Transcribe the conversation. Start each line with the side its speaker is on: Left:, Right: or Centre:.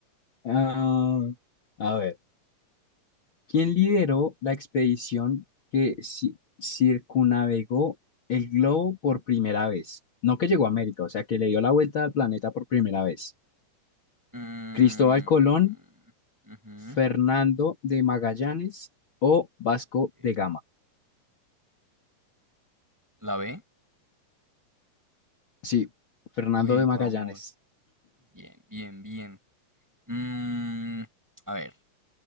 Left: Ah, a ver, ¿quién lideró la expedición que ci- circunnavegó el globo por primera vez? No que llegó a América, o sea, que le dio la vuelta al planeta por primera vez.
Centre: Mm,
Left: ¿Cristóbal Colón,
Centre: ujú.
Left: Fernando de Magallanes o Vasco
Centre: Ok.
Left: de Gama?
Centre: ¿La B?
Left: Sí, Fernando
Centre: Uy,
Left: de
Centre: vamos.
Left: Magallanes.
Centre: Bien, bien, bien. Mm, a ver.